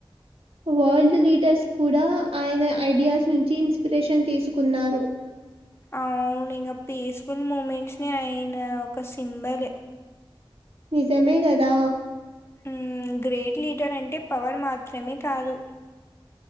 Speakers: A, on the right; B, on the left.
A: వరల్డ్ లీడర్స్ కూడా ఆయన ఐడియాస్ నుంచి ఇన్స్పిరేషన్ తీసుకున్నారు
B: అవును ఇంగ పీస్ఫుల్ మూమెంట్స్ ని అయన ఒక సింబలు
A: నిజమే గదా
B: ఉమ్ గ్రేట్ లీటర్ అంటే పవర్ మాత్రమే కాదు